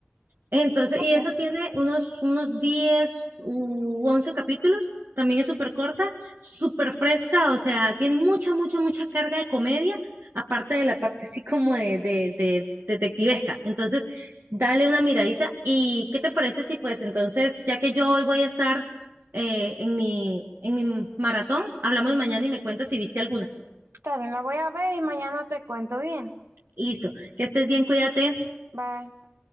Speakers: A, on the right (about 65°); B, on the right (about 85°).
A: Entonces,
B: Ok,
A: y esa tiene unos, unos 10, u 11 capítulos, también es súper corta, súper fresca, o sea, tiene mucha, mucha, mucha carga de comedia, aparte de la parte así como de, de, de detectivesca. Entonces, dale una miradita y ¿qué te parece si pues entonces, ya que yo hoy voy a estar eh, en mi, en mi maratón, hablamos mañana y me cuentas si viste alguna.
B: está bien, la voy a ver y mañana te cuento bien.
A: Listo, que estés bien, cuídate.
B: Bye.